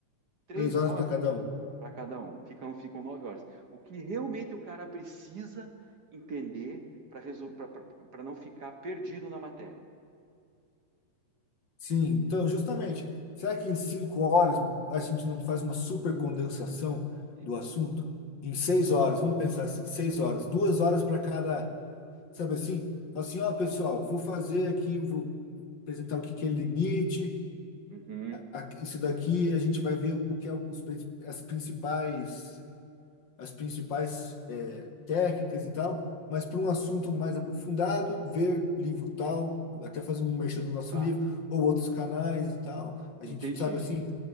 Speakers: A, on the right; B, on the left.
A: Três
B: três horas
A: horas
B: para cada um.
A: para cada um, ficam, ficam nove horas. O que realmente o cara precisa entender para resol... para não ficar perdido na matéria.
B: Sim, então, justamente, será que em cinco horas a gente não faz uma super condensação
A: E-
B: do assunto? Em seis horas, vamos pensar assim, seis horas, duas horas para cada, sabe assim? Fala Assim, ó, pessoal, vou fazer aqui, eu vou apresentar o que que é limite,
A: Uhum,
B: a- isso daqui a gente vai ver o que é os, prin- as principais as principais eh, técnicas e tal, mas para um assunto mais aprofundado, ver livro tal, até fazer um merchan do nosso
A: tá,
B: livro, ou outros canais e tal. A
A: entendi.
B: gente sabe assim,